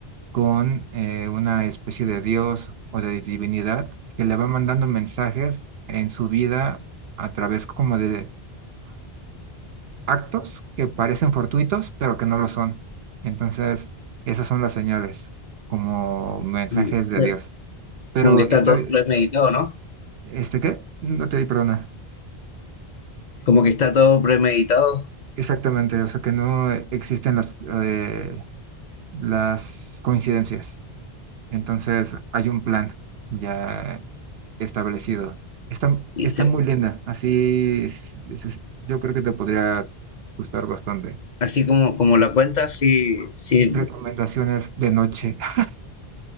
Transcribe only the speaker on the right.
con eh, una especie de dios o de divinidad que le va mandando mensajes en su vida a través como de actos que parecen fortuitos, pero que no lo son. Entonces, esas son las señales, como mensajes
de Dios. Pero
está,
Ok.
¿este qué? No te di perdona.
Exactamente, o sea que no existen las, eh, las coincidencias. Entonces, hay un plan ya establecido. Está,
está
muy linda, así es- es- es- yo creo que te podría gustar bastante.
Recomendaciones de noche. <laughs>